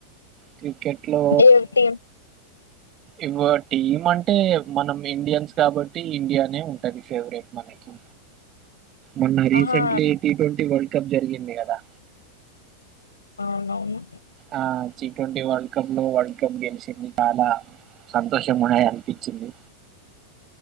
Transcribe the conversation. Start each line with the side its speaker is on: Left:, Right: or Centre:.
Right: క్రికెట్ లో
Left: ఏ టీమ్
Right: ఇవ టీమ్ అంట అంటే మనం ఇండియన్స్ కాబట్టి ఇండియానే ఉంటది ఫేవరెట్ మనకి మొన్న రీసెంట్
Left: ఆహా
Right: గా టీ ట్వంటి కబ్ జరిగింది కదా
Left: అవున అవును
Right: ఆ టీ ట్వంటీ వరల్డ్ కప్ లో వరల్డ్ కప్ గెలిచింది చాలా సంతోషము అనిపించింది